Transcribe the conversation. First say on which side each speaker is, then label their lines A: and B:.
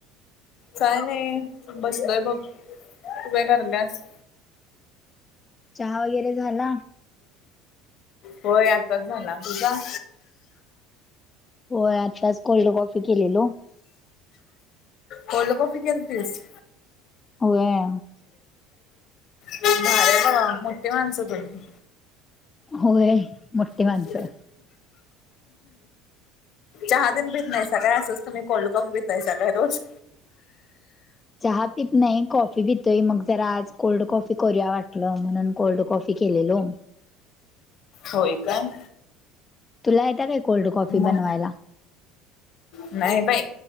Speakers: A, on the left (about 50°); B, on the left (about 25°).
A: काय नाही बसलोय बघ तू काय करयल्यास?
B: चहा वगैरे झाला.
A: होय आताच झाला तुझा?
B: होय आत्ताच कोल्ड कॉफी केलेलो.
A: कोल्ड कॉफी केलतीस?
B: होय
A: भारी आहे बाबा मोठीे माणसं तुम्ही.
B: होय मोठी
A: <inaudible>
B: माणसं
A: चहा तीन पीत नाही सकाळी असच तुम्ही रोज कोल्ड कॉफी पीतायसा काय रोज?
B: चहा पित नाही कॉफी पितोय मग जरा आज कोल्ड कॉफी करूया वाटलं म्हणून. कोल्ड कॉफी केलेलो.
A: होय काय
B: तुला येते काय कोल्ड कॉफी
A: मग
B: बनवायला?
A: नाही बाई